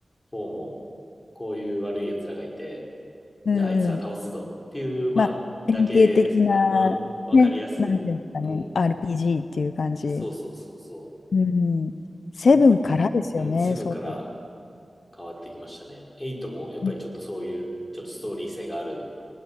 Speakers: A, on the left (about 20°); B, on the left (about 80°).
A: フォーも、こういう悪い奴らがいて、
B: うんうん。
A: じゃああいつら倒すぞっていう、まあ、
B: まあ、
A: だけですよね。
B: 典型的な、
A: うん。わかりやすい。
B: ね、なんていうんですかね、
A: うん。
B: RPG っていう感じ。
A: そうそうそうそ
B: うん。セブンからですよね、
A: う。だけど、うん、セブンから
B: そう。
A: 変わってきましたね。エイトもやっぱりちょっとそういう、
B: う
A: ちょっとストーリー性がある